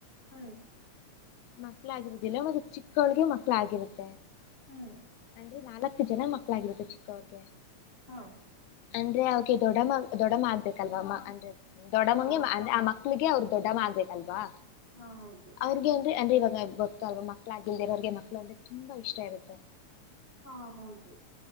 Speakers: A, on the right; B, on the left.
A: ಹ್ಮ್
B: ಮಕ್ಳಾಗಿರೋದಿಲ್ಲ ಮತ್ತೆ ಚಿಕ್ಕೋಳಗೆ ಮಕ್ಳಾಗಿರುತ್ತೆ
A: ಹ್ಮ್
B: ಅಂದ್ರೆ ನಾಲ್ಕ್ಕು ಜನ ಮಕ್ಳಾಗಿರುತ್ತೆ ಚಿಕ್ಕವ್ರಗೆ
A: ಹಾ
B: ಅಂದ್ರೆ ಅವೆ ದೊಡಮ್ಮ ದೊಡಮ್ಮ ಆ್ಬೇಕಲ್ವಮ್ಮ ಅಂದ್ರೆ ದೊಡ್ಡಮ್ಮಗೆಂದ
A: ಹಾ ಹಾ
B: ಆ ಮ. ಮಕ್ಕಳಿಗೆ ಅವ್ರ ದೊಡ್ಡಮ್ಮ ಆಗ್ಬೇಕಲ್ವಾ
A: ಹಾ ಹೌದು
B: ಅವ್ರಿಗೆ ಅಂದ್ರೆ ಅಂದ್ರೆ ಇವಾಗ. ಅಲ್ವಾ ಮಕ್ಳಾಗಿಲ್ದಿರೋ್ರಿಗೆ ಮಕ್ಳು ಅಂದ್ರೆ ತುಂಬಾ ಇಷ್ಟ ಇರುತ್ತೆ.
A: ಹಾ ಹೌದು